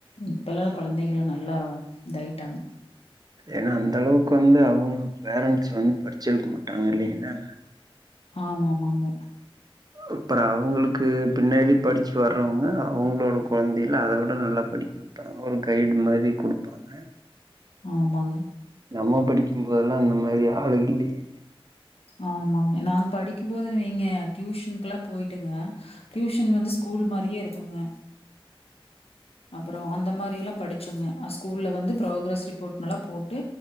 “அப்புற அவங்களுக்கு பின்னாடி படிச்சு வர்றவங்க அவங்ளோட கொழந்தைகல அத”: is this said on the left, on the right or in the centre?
Right